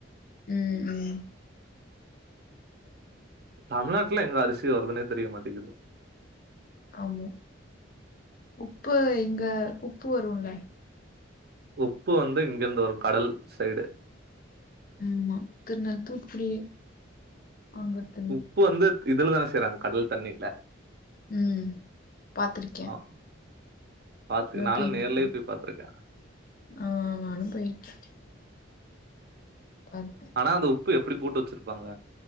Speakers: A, on the left; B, on the right.
A: ம் ம்
B: தமிழ்நாட்டுல எங்க அரிசி வருதுனே தெரிய மாட்டேங்கிது
A: ஆமா உப்பு இங்க உப்பு வருல்ல
B: உப்பு வந்து இங்கிருந்து வரு கடல் சைடு
A: ஆமா திருநெல் தூத்துக்குடி அங்கட்
B: உப்பு வந்து இதுல தானே செய்றாங்க கடல் தண்ணில
A: ம் பாத்துருக்கே
B: ஆ பாத்து நானு
A: போயிருக்கேன்
B: நேர்லயே போய் பாத்திருக்கே
A: ஆ நானு போயிருக்கே கரெட்டு
B: ஆனா அந்த உப்பு எப்டி போட்டு வச்சிருப்பாங்க